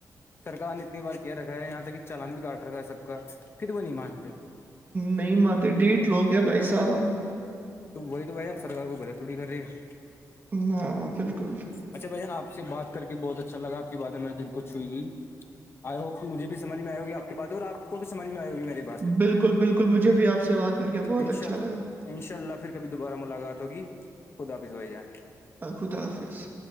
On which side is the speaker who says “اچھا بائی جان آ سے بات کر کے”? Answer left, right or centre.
Left